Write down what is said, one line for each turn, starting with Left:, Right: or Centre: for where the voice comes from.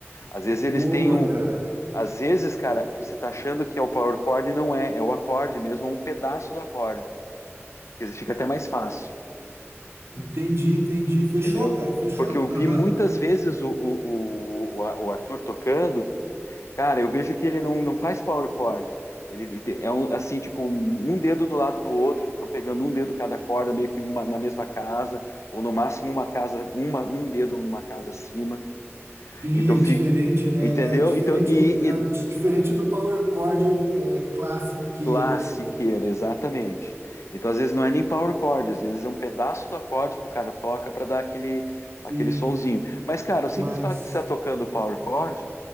Left: Às vezes
Right: Boa,
Left: eles têm um.
Right: cara.
Left: Às vezes, cara, você tá achando que é o power chord e não é, é o acorde mesmo, é um pedaço do acorde, que às vezes fica até mais fácil.
Right: Entendi, entendi. Fechou,
Left: entendeu?
Right: cara, fechou.
Left: Porque eu vi
Right: Aham.
Left: muitas vezes o, o, o, o Arthur tocando, cara, eu vejo que ele não, não faz power chord. Ele te- é um, assim, tipo, um dedo do lado do outro, estão pegando um dedo cada corda, meio que uma, na mesma casa, ou no máximo uma casa, uma, um dedo numa casa acima.
Right: Sim,
Left: Então
Right: é
Left: fica,
Right: diferente, né?
Left: entendeu?
Right: Não É é diferente
Left: Então, e,
Right: do, é
Left: e
Right: diferente do Power Chord é, classiqueira,
Left: Classiqueira,
Right: assim.
Left: exatamente. Então, às vezes, não é nem power chord, às vezes é um pedaço do acorde que o cara toca para dar aquele, aquele
Right: Sim,
Left: sonzinho. Mas, cara, o simples
Right: mas
Left: fato de estar tocando power chord